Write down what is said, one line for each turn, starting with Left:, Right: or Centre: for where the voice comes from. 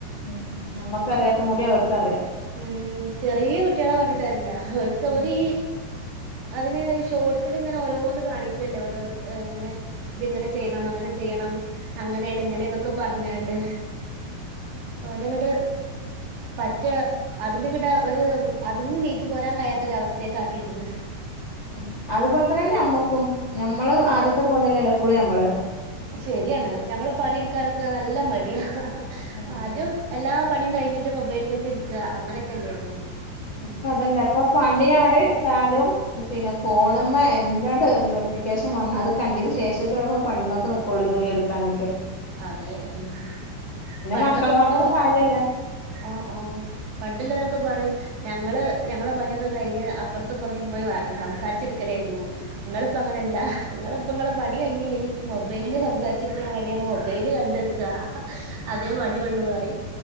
Left: ഉം നമ്മക്കറിയാത്ത കൂടി അവർക്ക് അറിയാ
Right: ഉം ചെറിയ കുട്ടികളെ പറഞ്ഞിട്ട് കാര്യല്ല അവർക്ക്
Left: ഉം
Right: ഓരീ അതിന് ഷോർട്സിൽ ഇങ്ങനെ ഓരോന്ന് കാണിക്കല്ലേ ഓരോ ഇങ്ങനെ ഇത് ഇങ്ങനെ ചെയ്യണം അങ്ങനെ ചെയ്യണം അങ്ങനെയാണ് ഇങ്ങനെന്നൊക്കെ പറഞ്ഞാണ്ട് ഓലങ്ങട് പറ്റെ അതില് ങ്ങട്ട് ഒരു അതിൽന്ന് നീച്ചു പോരാൻ കഴിയാത്ത ഒര അവസ്ഥേക്ക് ആക്കി വെച്ച്ണ്
Left: ഉം അതുപോലെ തന്നെ ഞമ്മക്കും ഞമ്മള് ആദ്യത്തെ പോലെ അല്ലല്ലോ ഇപ്പളും ഞമ്മള്
Right: ശരിയാണ് ഞമ്മള് പണിയെടുക്കാനൊക്കെ നല്ല മടിയാ
Left: ആഹ്
Right: ആദ്യം എല്ലാ പണിയും കഴിഞ്ഞിട്ട് മൊബൈല്ക്ക് ഇരിക്കാ അങ്ങനെയൊക്കെല്ലേര്ന്നോ
Left: ഇപ്പ അതല്ല ഇപ്പൊ പണി അവിടെ
Right: പറയും
Left: ഇട്ടാലും പിന്നെ ഫോണ്
Right: ആ
Left: മ്മേ എന്താണ് നോട്ടിഫി ക്കേഷൻ വന്ന അത് കണ്ടീന് ശേഷറ്റൊള്ളപ്പോ പണിമക്ക് നിക്കോളു ജോലി ഇട്ക്കാനുവൊക്കെ
Right: അതെ ആഹ് പണ്ടൊക്കെ
Left: മക്കളെ പറഞ്ഞിട്ടും
Right: ഉമ്മ വാ
Left: കാര്യല്ല
Right: ആഹ് ആഹ് പണ്ട്ല്ലോരൊ ക്കെ പറയും ഞങ്ങള് ഞങ്ങളെ പണിയൊക്കെ കഴിഞ്ഞ് അപ്പറത്തും ഇപ്പെറത്തും പോയി വാ സംസാരിച്ചിര്ക്കലേരുന്നു ഇങ്ങള്പ്പങ്ങനെല്ലാ ഇങ്ങള്പ്പ ഇങ്ങളെ പണി കഴിഞ്ഞില്ലേ മൊബൈല് സംസാരിച്ചിര്ക്ക്ണ പണിയാണ് മൊ ബൈല് കണ്ടിര്ക്കാ അതേ പണിയുള്ളു അറിം